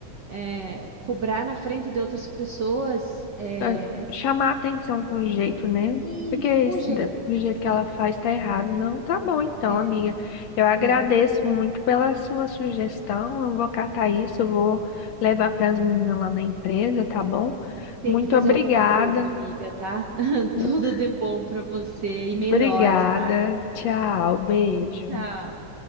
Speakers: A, on the right (about 45°); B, on the left (about 65°).
A: é, cobrar na frente de outras pessoas, é,
B: ah, chamar a atenção com jeito, né?
A: isso,
B: Porque esse
A: com jeito.
B: da- do jeito que ela faz tá errado. Não, tá bom então,
A: É,
B: amiga. Eu agradeço
A: é.
B: muito pela sua sugestão. Eu vou catar isso, eu vou levar para as meninas lá na empresa, tá bom?
A: Tem
B: Muito
A: que fazer
B: obrigada.
A: alguma coisa, amiga, tá? <laughs>
B: <laughs>
A: Tudo de bom pra você e melhoras,
B: Obrigada.
A: tá?
B: Tchau, beijo.
A: Tchau.